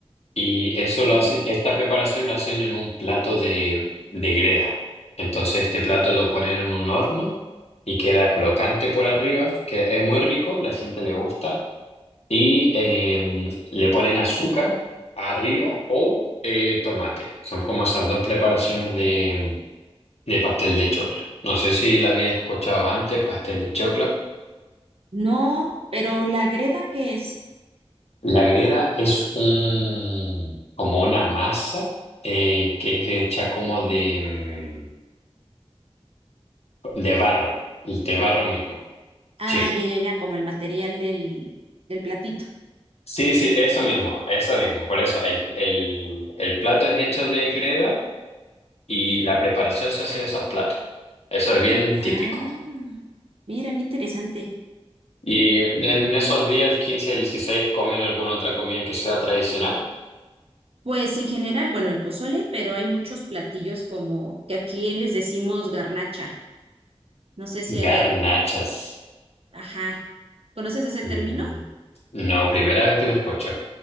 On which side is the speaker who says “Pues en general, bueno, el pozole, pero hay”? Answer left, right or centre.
Right